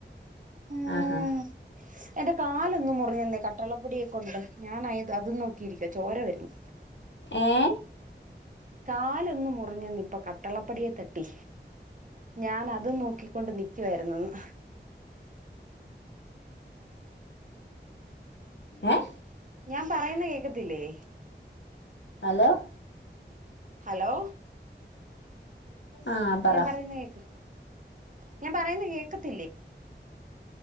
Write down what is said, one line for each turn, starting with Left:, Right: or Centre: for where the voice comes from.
Right: ഉം
Left: ആ ഹാ
Right: എന്റെ കാലൊന്നു മുറിഞ്ഞന്നെ കട്ടളപ്പടിയെ കൊണ്ട് ഞാൻ അയ് അത് നോക്കിയിരിക്കുവാ ചോര വരുന്നു
Left: ഏഹ്
Right: കാല് ഒന്ന് മുറിഞ്ഞെന്ന് ഇപ്പോ കട്ടളപ്പടിയെ തട്ടി. ഞാൻ അതും നോക്കിക്കൊണ്ട് നിക്കുവാരുന്നെന്ന്
Left: ഏഹ്
Right: ഞാ പറയുന്ന കേൾക്കത്തില്ലേ
Left: ഹലോ
Right: ഹലോ
Left: ആഹ് പറ
Right: ഞാ പറയുന്ന കേക്ക് ഞാൻ പറയുന്ന കേൾക്കത്തില്ലേ